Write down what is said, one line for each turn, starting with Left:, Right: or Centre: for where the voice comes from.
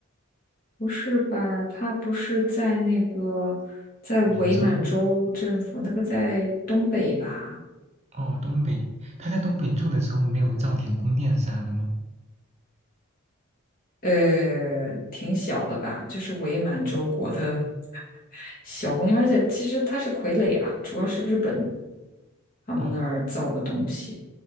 Left: 不是吧？他不是在那个在伪满洲政府那个在东北吧？
Right: 满洲哦东北，他在东北住的时候没有造点宫殿啥的吗？
Left: 呃，挺小的吧？就是伪满洲国的 <laughs> 小公园，而且其实它是傀儡啊，主要是日本他们那儿造的东西，
Right: 哦